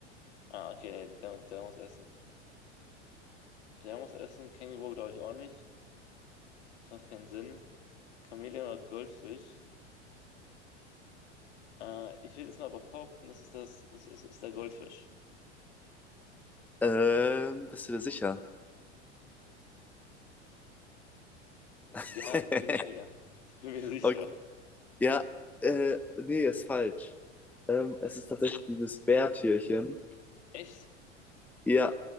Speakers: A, on the left; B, in the centre.
A: ah, okay, nee, der, der muss essen. Der muss essen. Känguru glaube ich auch nicht. Das macht keinen Sinn. Chamäleon oder Goldfisch? Äh, ich will jetzt mal behaupten, das ist das, es ist, ist der Goldfisch.
B: Ähm, bist du dir sicher? <laughs>
A: Ja, bin ich mir. Ich bin mir sicher.
B: Okay. Ja, äh, nee, ist falsch. Ähm,
A: Es
B: es
A: ist
B: ist tatsächlich dieses Bärtierchen.
A: echt.
B: Ja,